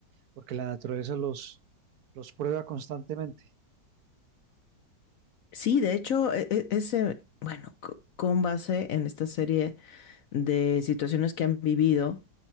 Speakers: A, on the right (about 65°); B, on the left (about 65°).
A: porque la naturaleza los, los prueba constantemente.
B: Sí, de hecho, e- e- ese, bueno, co- con base en esta serie de situaciones que han vivido,